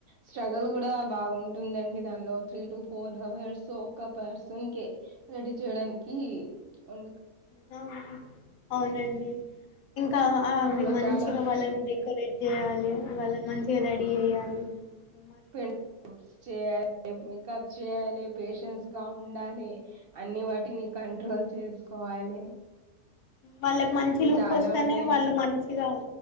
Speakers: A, on the right; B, on the left.
A: స్ట్రగల్ కూడా బాగుం ఉందండి దానిలో త్రీ టు ఫోర్ అవర్స్ ఒక పర్సన్ క రెడీ చేయడానికిం
B: నఅవునండి ఇంకా అవి
A: దానిలో
B: మంచిగా
A: చాలా
B: వాళ్ళని డెకరేట్ చేయాలి వాళ్ళని మంచిగా రెడీ చేయాలి మ
A: ప్ చేయాలి మేకప్ చేయాలి పేషెన్స్ గా ఉండాలి అన్ని వాటిని కంట్రోల్ చేసుకోవాలి
B: వాళ్ళకి మంచి లుక్
A: చాలా
B: వస్తేనే
A: ఉంటాయండి
B: వాళ్ళు మంచిగా